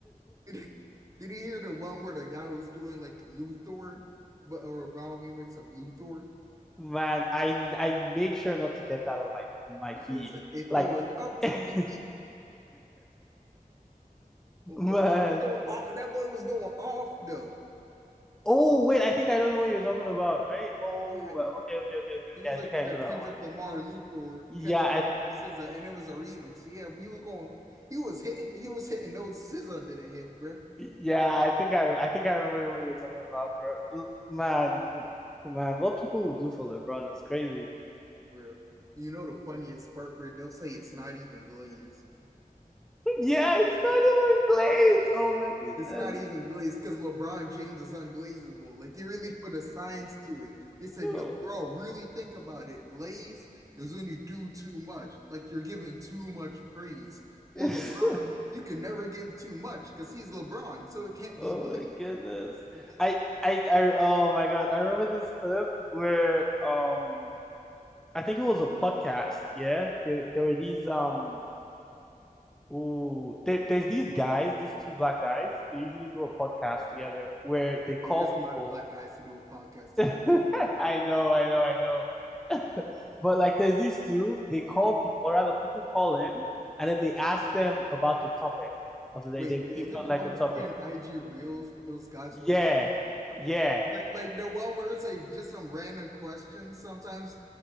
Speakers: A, on the right; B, in the centre.
A: <laughs> Did you hear the one where the guy was doing like Luthor, but or a brown remix of Luthor?
B: Man, I I made sure not to get that on my on my
A: No,
B: feed.
A: It was like if
B: Like,
A: it was up
B: <laughs>
A: to me, but
B: man.
A: he was going off, that boy was going off though.
B: Oh wait, I think I know the one you're talking about, right? Oh,
A: Yeah,
B: okay, okay, okay, okay, okay.
A: he was
B: I think
A: like
B: I
A: the
B: know that
A: Kendrick
B: one.
A: Lamar Luthor,
B: Yeah,
A: Kendrick
B: I
A: Lamar SZA, and it was a remix. So yeah, he was going, he was hitting, he was hitting notes SZA didn't hit, bruh.
B: yeah, I think I I think I remember the one you're talking about, bro. L- Man, oh, man, what people will do for LeBron is crazy. <laughs>
A: Bruh, you know the funniest part, bruh? They'll say it's not even glazed.
B: Yeah, it's not even Glaze. Oh my goodness.
A: It's not even glazed because LeBron James is unglazable. Like they really put a science to it. They said,
B: <laughs>
A: "Yo, bro, really think about it. Glaze is when you do too much. Like you're giving too much praise." For
B: Oh.
A: LeBron,
B: <laughs>
A: you can never give too much because he's LeBron, so it can't
B: Oh
A: be glazed.
B: my goodness.
A: <laughs>
B: I I I oh my God. I remember this clip where um I think it was a podcast, yeah. There there were these um ooh there, there's these guys, these two black guys, they usually do a podcast together where they call
A: Hey, there's
B: people.
A: a lot of black guys who do a podcast
B: <laughs>
A: together.
B: I know, I know, I know. <laughs> But like there's these two, they call people or rather people call in and then they ask them about the topic of the day.
A: Wait,
B: They've
A: is
B: they've got
A: it the
B: like
A: ones
B: a topic.
A: you see on IG Reels with those guys
B: Yeah.
A: with the
B: Yeah.
A: like like the one where it's like just some random questions sometimes?